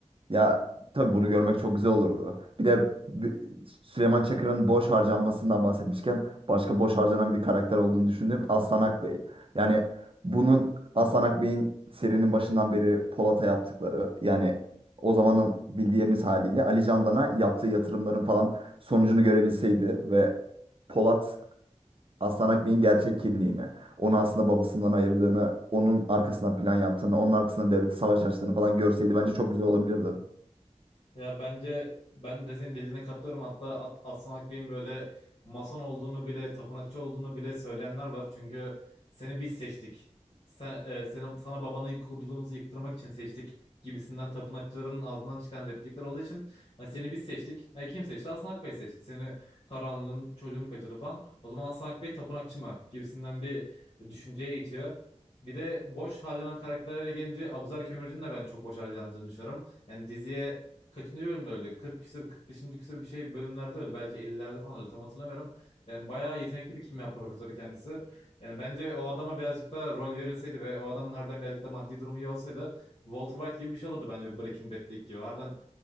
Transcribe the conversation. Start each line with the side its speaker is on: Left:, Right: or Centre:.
Right: Ya tabii bunu görmek çok güzel olurdu. Bir de bi- Süleyman Çakır'ın boş harcanmasından bahsetmişken başka boş harcanan bir karakter olduğunu düşündüğüm Aslan Akbey. Yani bunun Aslan Akbey'in serinin başından beri Polat'a yaptıkları yani o zamanın bildiğimiz haliyle Ali Candan'a yaptığı yatırımların falan sonucunu görebilseydi ve Polat Aslan Akbey'in gerçek kimliğini, onu aslında babasından ayırdığını, onun arkasından plan yaptığını, onun arkasına devleti savaş açtığını falan görseydi bence çok güzel olabilirdi.
Left: Ya bence ben de senin dediğine katılıyorum. Hatta At- Aslan Akbey'in böyle mason olduğunu bile, tapınakçı olduğunu bile söyleyenler var. Çünkü seni biz seçtik. Sen, e, senin, sana babanı kurduğumuzu yıktırmak için seçtik gibisinden tapınakçıların ağzından çıkan replikler olduğu için "Ya seni biz seçtik. Ha, kim seçti? Aslan Akbey seçti. Seni karanlığın çocuğunu kaçırdı falan. O zaman Aslan Akbey tapınakçı mı? gibisinden bir düşünceye itiyor. Bir de boş harcanan karakterlere gelince Abuzer Kömürcü'nün de ben çok boş harcandığını düşünüyorum. Yani diziye kaçıncı bölümde öldü? 40 küsür 45. küsür bir şey bölümlerde öldü. Belki 50'lerde falan öldü. Tam hatırlamıyorum. Yani bayağı yetenekli bir kimya profesörü kendisi. Yani bence o adama birazcık da rol verilseydi ve o adamın harbiden birazcık da maddi durumu iyi olsaydı Walter White gibi bir şey olurdu bence Breaking Bad'deki gibi. Harbiden